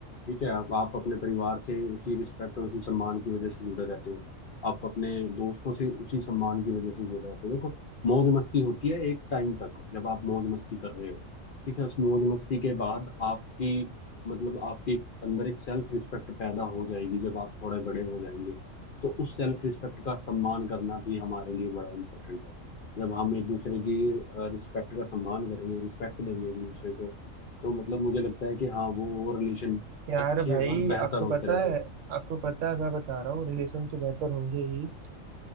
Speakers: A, on the left; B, on the right.
A: ठीक है आप, आप अपने परिवार से उसी रिस्पेक्ट और उसी सम्मान की वजह से जुड़े रहते हो आप अपने दोस्तों से उसी सम्मान की वजह से जुड़े रहते हो देखो मौज मस्ती होती है एक टाइम तक जब आप मौज मस्ती कर रहे हो ठीक है उस मौज मस्ती के बाद आपकी मतलब आपके अंदर एक सेल्फ रिस्पेक्ट पैदा हो जाएगी जब आप थोड़े बड़े हो जाएंगे तो उस सेल्फ रिस्पेक्ट का सम्मान करना भी हमारे लिए बड़ा इम्पोर्टेंट है जब हम एक दूसरे की रिस्पेक्ट का सम्मान करेंगे रिस्पेक्ट देंगे एक दूसरे को तो मतलब मुझे लगता है कि हाँ वो वो रिलेशन
B: यार
A: अच्छे
B: भाई
A: और बेहतर
B: आपको
A: होते
B: पता
A: रहते
B: है
A: हैं
B: आपको पता है मैं बता रहा हूँ रिलेशन तो बेहतर होंगे ही